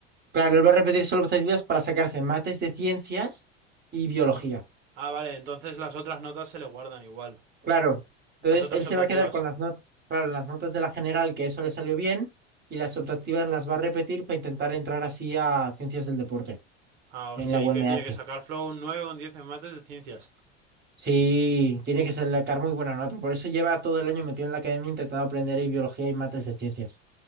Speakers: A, on the right (about 30°); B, on the right (about 85°).
A: Claro, él va a repetir solo tres vidas para sacarse mates de ciencias y biología.
B: Ah, vale, entonces las otras notas se le guardan igual.
A: Claro. Entonces
B: Las otras
A: él se
B: optativas.
A: va a quedar con las notas, claro, las notas de la general, que eso le salió bien, y las optativas las va a repetir para intentar entrar así a ciencias del deporte
B: Ah, hostia,
A: en la UMH.
B: ¿y qué tiene que sacar Flow? Un 9 o un diez en mates de ciencias.
A: Sí, tiene que sacar muy buena nota. Por eso lleva todo el año metido en la academia intentando aprender ahí biología y mates de ciencias.